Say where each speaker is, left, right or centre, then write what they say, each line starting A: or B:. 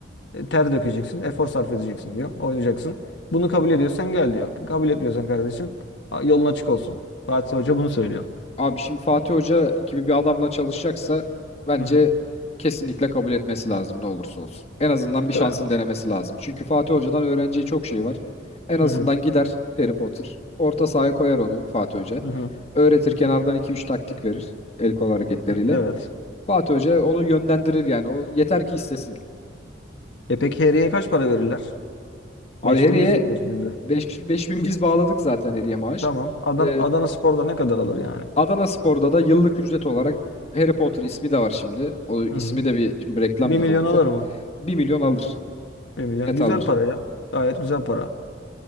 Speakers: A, on the left; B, on the left.
A: e, ter dökeceksin. Efor sarf edeceksin diyor. Oynayacaksın. Bunu kabul ediyorsan gel diyor. Kabul etmiyorsan kardeşim a- yolun açık olsun. Fatih Hoca bunu söylüyor.
B: Abi şimdi Fatih Hoca gibi bir adamla çalışacaksa bence
A: Hı hı.
B: kesinlikle kabul etmesi lazım ne olursa olsun. En azından bir
A: Öyle.
B: şansın denemesi lazım. Çünkü Fatih Hoca'dan öğreneceği çok şey var. En azından
A: Hı hı.
B: gider Harry Potter. Orta sahaya koyar onu Fatih Hoca.
A: Hı hı.
B: Öğretir kenardan iki üç taktik verir el kol hareketleriyle.
A: Hı, Evet.
B: Fatih Hoca onu yönlendirir yani. O yeter ki istesin.
A: E peki Harry'e kaç para verirler?
B: Abi
A: 5000,
B: Harry'e
A: biz veriyoruz günde.
B: beş bin biz bağladık zaten Harry'e maaş.
A: Tamam. Adana,
B: Ee,
A: Adana Spor'da ne kadar alır yani?
B: Adanaspor'da da yıllık ücret olarak Harry Potter ismi de var şimdi. O ismi
A: Hı hı.
B: de bir şimdi reklam
A: bir
B: gibi
A: milyon
B: olacak.
A: alır mı?
B: Bir milyon alır.
A: Bir milyon.
B: Net
A: Güzel
B: alır.
A: para ya. Gayet güzel para.